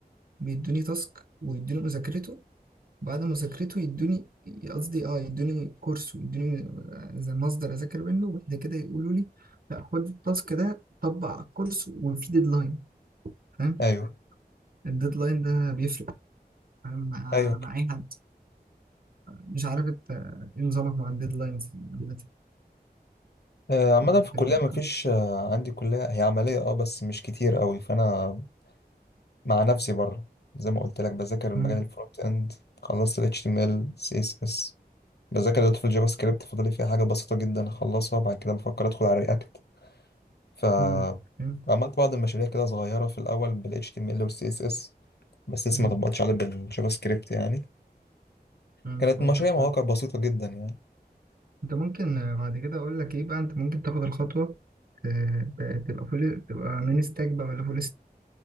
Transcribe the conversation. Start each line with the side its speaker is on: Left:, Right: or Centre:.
Right: بيدوني تاسك ويدوني مذاكرته بعد مذاكرته يدوني قصدي اه يدوني كورس ويدوني آه، زي مصدر اذاكر منه وبعد كده يقولوا لي لا خد التاسك ده طبق على الكورس وفي ديدلاين فاهم
Left: ايوه
Right: الديدلاين ده بيفرق فاهم مع
Left: ايوه
Right: مع اي حد مش عارف انت ايه نظامك مع الديدلاينز عامة
Left: آه، عامة
Right: في
Left: في الكلية
Right: في الكورس
Left: مفيش آه، عندي كلية هي عملية اه بس مش كتير قوي فأنا مع نفسي بره زي ما قلت لك بذاكر المجال
Right: مم،
Left: الفرونت اند خلصت ال HTML CSS بذاكر دلوقتي في الجافا سكريبت فاضل لي فيها حاجة بسيطة جدا أخلصها وبعد كده بفكر أدخل على رياكت ف
Right: مم، فاهم؟
Left: عملت بعض المشاريع كده صغيرة في الأول بال HTML وال CSS بس لسه
Right: مم،
Left: ما طبقتش عليها بالجافا سكريبت يعني
Right: مم،
Left: كانت
Right: فهمتك،
Left: مشاريع مواقع
Right: آه.
Left: بسيطة جدا يعني
Right: انت ممكن آه، بعد كده اقول لك ايه بقى انت ممكن تاخد الخطوه آه، ت- تبقى فول تبقى مين ستاك بقى ولا فول